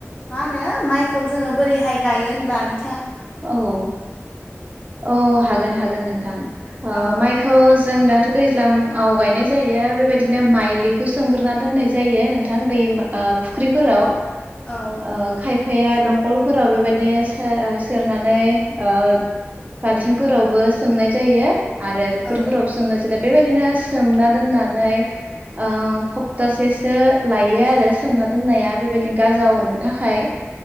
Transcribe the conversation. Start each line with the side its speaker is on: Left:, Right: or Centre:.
Left: मा होनो माइखौ जोंङो बोरैहाय गायो होनब्लानो
Right: औ औ औ हागोन हागोन नों थां ओ
Left: औ
Right: माइखौ जों दाथ' दैज ज्लामाव गायनाय जायो बेबायदिनो माइलिखौ सोमग्रोना दोननाय जायो नोंथां दैमा ओ फुख्रिफोराव
Left: औ औ नंगौ
Right: ओ खायफाया दंकल फोराव बेबायदिनो साया ओ सि सेरनानै ओ बाल्थिंफोरावबो सोमनाय जायो आरो फुख्रिफोरावबो
Left: औ
Right: सोननो जेनेब बेबायदिनो सोमना दोननानै ओ खप्तासेसो लायो
Left: औ
Right: आरो सोमना दोननाया बेबायदि गांजा अरनो थाखाय